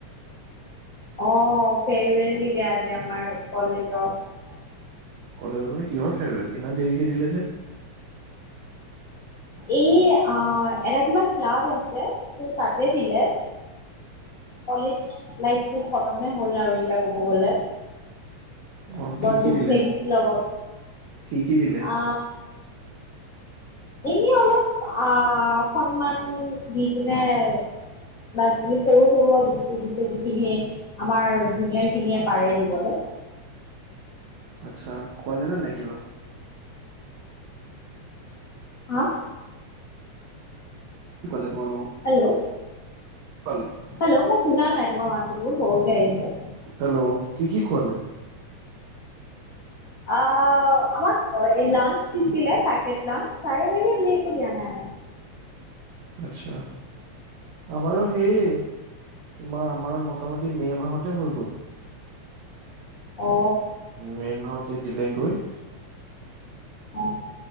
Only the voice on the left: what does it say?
অ ফেৰৱেল দিখলে আজি আমাৰ কলেজত
এই এটা কিবা ক্লাব আছে ত তাতে দিলে কলেজ লাইফটো খতমে হ'ল আৰু এতিয়া ক'ব গলে
বৰ
দুখ
লাগিছিল অলপ
আ এনে অলপ আহ সন্মান দি পিনে কিবা কিবি সৰু সৰুৱ বস্তু দিছে যিখিনি আমাৰ জুনিয়ৰ খিনিয়ে পাৰে দিবলৈ
হা
হেল্ল'
হেল্ল' মই শুনাল নাই তোমাৰ মাতটো মোৰ সৰক আহিছে
আহ আমাক লাঞ্চ দিছিলে পেকেট লাঞ্চ তাৰে বাহি বুলি একো দিয়া নাই আৰু
অ
অ